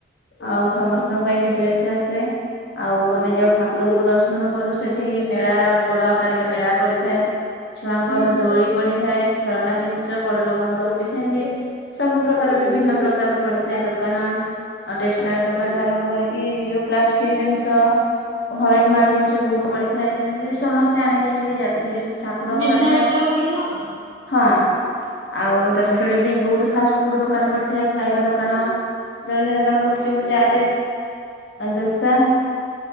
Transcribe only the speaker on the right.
ହୁଁ
ହୁଁ
ହୁଁ।
ମୀନା
ବଜାର ଭଳିଆ ଆଉ।